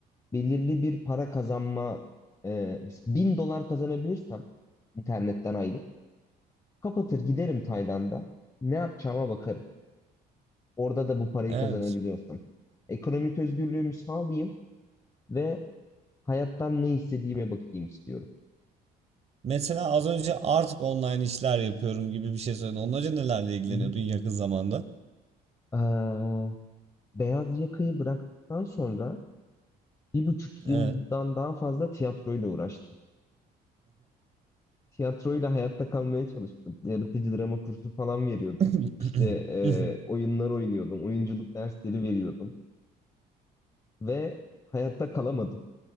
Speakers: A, on the left; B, on the right.
A: belirli bir para kazanma, e, 1000 dolar kazanabilirsem internetten aylık kapatır giderim Tayland'a. Ne yapacağıma bakarım. Orada da bu parayı
B: <laughs> Evet.
A: kazanabiliyorsam. Ekonomik özgürlüğümü sağlayayım ve hayattan ne istediğime bakayım istiyorum.
B: Mesela az önce artık online işler yapıyorum gibi bir şey söyledin. Ondan önce nelerle ilgileniyordun
A: Hı hı.
B: yakın zamanda?
A: Ee, beyaz yakayı bıraktıktan sonra bir buçuk yıldan
B: Evet.
A: daha fazla tiyatroyla uğraştım. Tiyatroyla hayatta kalmaya çalıştım. Yaratıcı drama kursu falan veriyordum.
B: <laughs>
A: İşte e, oyunlar oynuyordum. Oyunculuk dersleri veriyordum. Ve hayatta kalamadım.